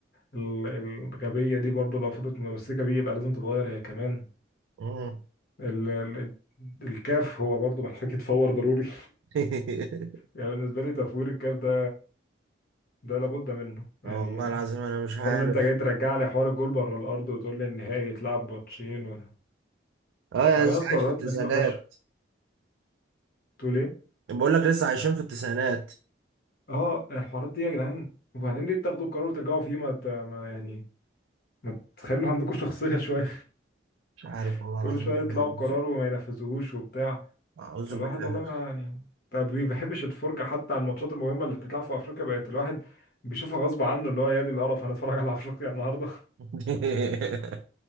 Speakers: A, on the left; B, on the right.
A: ال- الغبية دي برضه لو فضلت متمسكة بيه يبقى لازم تتغير هي كمان
B: مم.
A: ال... ال... الكاف هو برضه محتاج يتفور ضروري
B: <laughs>
A: يعني بالنسبة لي تفوير الكاف ده ده لابد منه يعني
B: اه والله العظيم انا مش عارف
A: حوار ان انت جاي ترجع لي حوار الجول بره الارض وتقول لي النهائي يتلعب ماتشين و...
B: اه يا
A: بعملوا
B: لسه
A: قرارات
B: عايش في التسعينات
A: غريبة فشخ تقول ايه
B: بقول لك لسه عايشين في التسعينات
A: اه الحوارات دي يا جدعان وبعدين ليه تاخدوا القرار وترجعوا فيه ما, ت... ما يعني ما تخلوا عندكم شخصية شوية
B: مش عارف
A: <laughs>
B: والله العظيم
A: كل شوية
B: احنا
A: يطلعوا
B: أعوذ
A: بقرار وما ينفذوهوش وبتاع
B: أعوذ
A: فالواحد
B: بالله
A: والله ما يعني ما بي- بيحبش الفرجة حتى على الماتشات المهمة اللي بتتلعب في افريقيا بقت الواحد بيشوفها غصب عنه اللي هو يا دي القرف هنتفرج على افريقيا النهارده
B: <laughs>